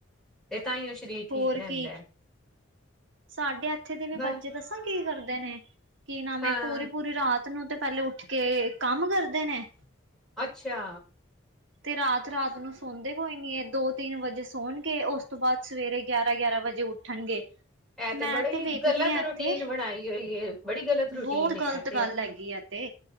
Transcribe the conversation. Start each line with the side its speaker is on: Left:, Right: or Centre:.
Centre: ਤੇ ਤਾਂਹੀ ਉਹ ਸਰੀਰ ਠੀਕ
Right: ਹੋਰ
Centre: ਰਹਿੰਦਾ।
Right: ਕੀ ਸਾਡੇ ਐਥੇ ਦੇ ਵੀ
Centre: ਬ
Right: ਬੱਚੇ ਦੱਸਾਂ ਕੀ ਕਰਦੇ ਨੇ। ਕੀ ਨਾਮ
Centre: ਹਾਂ
Right: ਏ ਪੂਰੀ ਪੂਰੀ ਰਾਤ ਨੂੰ ਤੇ ਪਹਿਲੇ ਉੱਠ ਕੇ ਕੰਮ ਕਰਦੇ ਨੇ,
Centre: ਅੱਛਿਆ,
Right: ਤੇ ਰਾਤ-ਰਾਤ ਨੂੰ ਸੌਦੇ ਕੋਈ ਨੀ ਐ ਦੋ ਤਿੰਨ ਵਜੇ ਸੌਣਗੇ ਉਸ ਤੋ ਬਾਦ ਸਵੇਰੇ ਗਿਆਰਾਂ-ਗਿਆਰਾਂ ਵਜੇ ਉੱਠਣਗੇ।
Centre: ਐ ਤੇ
Right: ਮੈਂ
Centre: ਬੜੀ
Right: ਵੇਖਦੀ
Centre: ਗ਼ਲਤ
Right: ਆ ਇੱਥੇ
Centre: ਰੂਟੀਨ ਬਣਾਈ ਹੋਈ ਏ ਬੜੀ ਗ਼ਲਤ ਰੂਟੀਨ
Right: ਬਹੁਤ
Centre: ਏ
Right: ਗ਼ਲਤ
Centre: ਐ ਤੇ
Right: ਗੱਲ ਹੈਗੀ ਆ ਤੇ